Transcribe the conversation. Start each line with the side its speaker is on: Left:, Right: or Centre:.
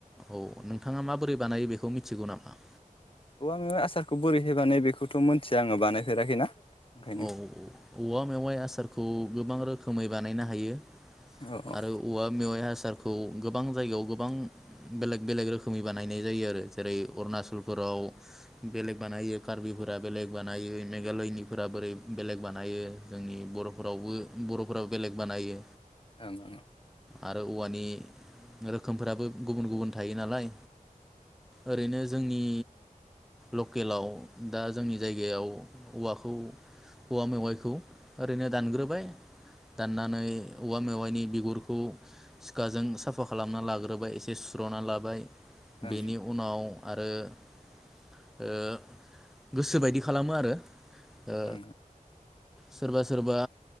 Centre: औ नोंथाङा माबोरै बानायो बेखौ मि थिगौनामा?
Left: औ आङो आसारखौ बोरैहाय बानायो बेखौथ' मिथिया आङो बानायफेराखैना। ओंखायनो
Centre: औ-औ-औ औवा मेवाइ आसारखौ गोबां रोखोमै बानायनो हा हायो।
Left: ओं औ औ
Centre: आरो औवा मेवाय आसार खौ गोबां जायगायाव गोबां बेलेग-बेलेग रोखोमनि बानायनाय जायो आरो जेरै अरुणचलफोराव बेलेग बानायो कार्बिफोरा बेलेग बानायो मेघालयनि फोरा बोरै बेलेग बानायो जोंनि बर'फोरावबो बर'फोराबो बेलेग बानायो।
Left: ओं <unintelligible>
Centre: आरो औवानि रोखोमफोराबो गुबुन-गुबुन। थायो नालाय ओरैनो जोंनि लकेलाव दा जोंनि जायगायाव औवाखौ खौ औवा मेवाइखौ ओरैनो दानग्रोबाय ननानै औवा मेवाइनि बिगुरखौ सिखाजों साफा खालामना लाग्रोबाय एसे सुस्र'ना लाबाय
Left: ओं
Centre: बेनि उनाव आरो ओ गोसो बायदि खालामो आरो ओ
Left: ओं
Centre: सोरबा सोरबा